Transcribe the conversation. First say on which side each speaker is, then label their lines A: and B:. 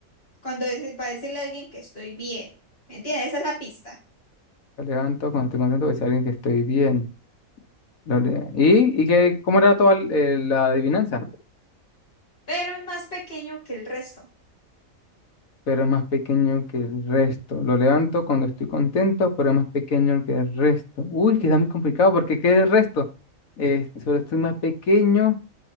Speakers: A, on the left; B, on the left.
A: cuando es- para decirle a alguien que estoy bien. ¿Me entiendes? Esa es la pista.
B: Lo levanto cuando estoy contento, porque es alguien que estoy bien. Dale. ¿Y, y qué, cómo era toda el- eh, la adivinanza?
A: Pero es más pequeño que el resto.
B: Pero es más pequeño que el resto. Lo levanto cuando estoy contento, pero es más pequeño que el resto. Uy, que está muy complicado porque ¿qué es el resto? Eh, solo estoy más pequeño